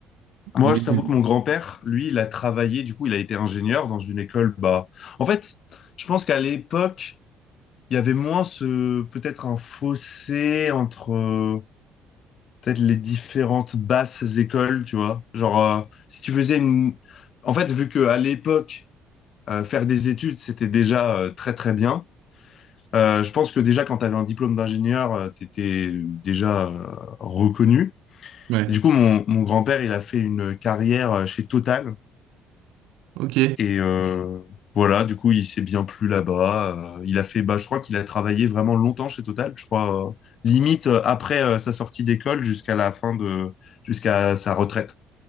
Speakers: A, on the left (about 50°); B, on the right (about 85°).
A: moi,
B: mais
A: je t'avoue que mon grand-père, lui, il a travaillé, du coup, il a été ingénieur dans une école. Bah, en fait, je pense qu'à l'époque, il y avait moins ce, peut-être un fossé entre euh, peut-être les différentes basses écoles, tu vois. Genre, euh, si tu faisais une... En fait, vu que à l'époque, euh, faire des études, c'était déjà euh, très, très bien. euh, je pense que déjà, quand tu avais un diplôme d'ingénieur, tu étais déjà euh, reconnu.
B: ouais
A: Et du coup, mon, mon grand-père, il a fait une carrière euh, chez Total.
B: ok
A: Et euh, voilà, du coup, il s'est bien plu là-bas. Euh, il a fait, bah, je crois qu'il a travaillé vraiment longtemps chez Total. Je crois, euh, limite euh, après euh, sa sortie d'école jusqu'à la fin de, jusqu'à sa retraite.